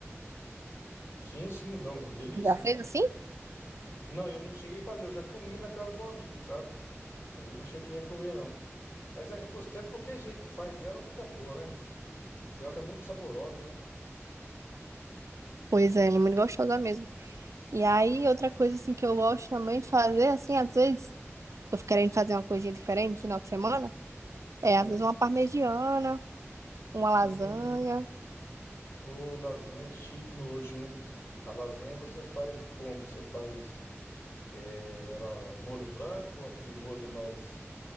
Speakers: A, on the left (about 60°); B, on the right (about 90°).
A: sim, sim, não, delícia.
B: Já fez assim?
A: Não, eu não cheguei a fazer, eu já comi na casa de um amigo, sabe? Mas eu não cheguei a comer, não. Mas a costela, de qualquer jeito que faz ela, fica boa, né? Que ela é muito saborosa, né?
B: Pois é, ela é muito gostosa mesmo. E aí, outra coisa assim que eu gosto também de fazer, assim, às vezes, tô querendo fazer uma coisinha diferente no final de semana, é
A: Sim.
B: às vezes uma parmegiana, uma
A: Hum,
B: lasanha.
A: ô, lasanha chique no último, né? A lasanha você faz como? Você faz é, ela, o molho branco, ou aquele molho mais,